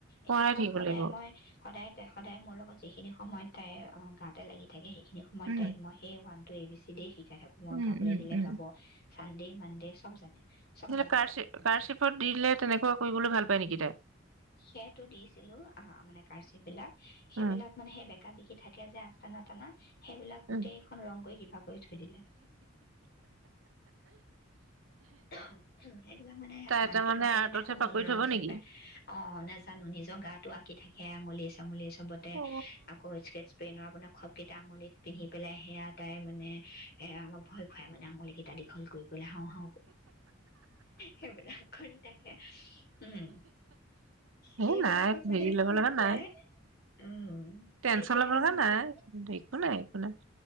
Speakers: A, on the right; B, on the left.
A: কৰাই
B: এনেই ধৰক
A: থাকিব
B: সদায়
A: লাগিব
B: মই সদায় ত সদায় মোৰ লগত যিখিনি সময়ত তাইৰ তাঁতে লাগ থাকে সি সেই সময়ত
A: উম
B: খিনি তাইক মই সেইয়া এ বি চি শিকাই শিকাই থাকো আৰু মই
A: উম
B: গাবলৈ
A: উম
B: দিলে
A: উম
B: গাব চানডে মানডে চব জানে চব
A: নহ'লে
B: গাব
A: কাৰ কাৰ চিফত দিলে তেনেকুৱা কৰিবলৈ ভাল পায় নেকি তাই
B: সেইটো দিছিলো আহ মানে কাৰচি বিলাক সেইবিলাক
A: উম
B: মানে সেই বেকা বিকি থাকে যে আ তনাতান সেইবিলাক গোটেইখন
A: উম
B: ৰং কৈ কিবা কৰি থৈ দিলে উ সেইবিলাক মানে
A: তাই তাৰ
B: আকি বাাকি
A: আৰ্টতহে
B: মানে খুব
A: পাকৰি
B: মনোৰঞ্জন
A: থব নেকি
B: পায় অ নাজানো নিজৰ গাটো আকি থাকে আঙুলি চাঙুলীয়ে চব চবতে
A: অ
B: আকৌ স্কেটছ পেইনৰ আপোনাৰ খ কেইটা আঙুলিত পিন্ধি পেলাই সেয়া তাই মানে এ অমাক ভয় খুৱাই মানে আঙুলি কেইটা দীঘল কৰি বোলে হাওঁ হা সেইবিলাক কৰি থাকে উম সেইবিলাকত
A: এ নাই
B: মানে
A: হেৰি ল'ব
B: খুব
A: লগা
B: কৰে
A: নাই
B: উম
A: টেনচন
B: সেইটোহে
A: ল'ব লগা
B: মই মানে
A: নাই একো নাই একো নাই